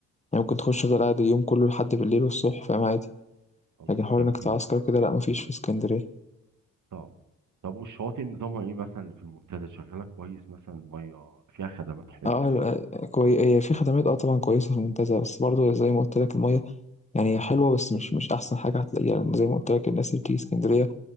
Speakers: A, on the left; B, on the right.
A: يعني ممكن تخش تفضل قاعد اليوم كله لحد بالليل والصبح فاهم عادي
B: الله
A: لكن حوار
B: جميل
A: انك تعسكر وكده لا مفيش في اسكندريه
B: طبعا طب والشواطئ نظامها ايه مثلا اللي في المنتزه شغاله كويس مثلا الميه فيها خدمات حلوه
A: اه لا، كوي هي في خدمات اه طبعا كويسه في المنتزه بس برضه زي ما قلت لك الميه يعني هي حلوه بس مش مش احسن حاجه هتلاقيها لان زي ما قلت لك الناس اللي بتيجي اسكندريه